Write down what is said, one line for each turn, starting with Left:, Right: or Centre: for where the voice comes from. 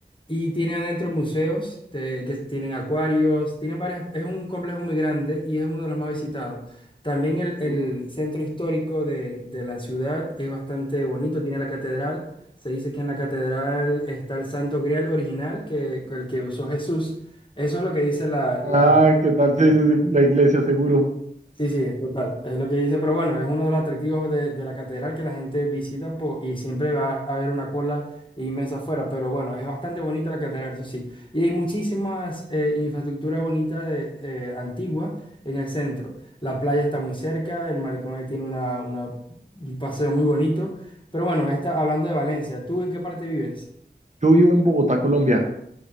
Left: Y tiene adentro museos, te- que tienen acuarios, tienen varias, es un complejo muy grande y es uno de los más visitados. También el,
Right: Sí.
Left: el centro histórico de, de la ciudad es bastante bonito, tiene la catedral. Se dice que en la catedral está el Santo Grial original, que, que el que usó Jesús. Eso es lo que dice la,
Right: Ah,
Left: la
Right: ¿qué tal?
Left: gente.
Right: Sí, sí, sí, la iglesia, seguro.
Left: Sí, sí, total, es lo que dice, pero bueno, es uno de los atractivos de, de la catedral que la gente visita po- y siempre va a haber una cola inmensa afuera, pero bueno, es bastante bonita la catedral, eso sí, y hay muchísimas eh, infraestructuras bonitas de, eh, antiguas en el centro, la playa está muy cerca, el malecón ahí tiene una, una- un paseo muy bonito, pero bueno, está hablando de Valencia, ¿tú en qué parte vives?
Right: Yo vivo en Bogotá, Colombia.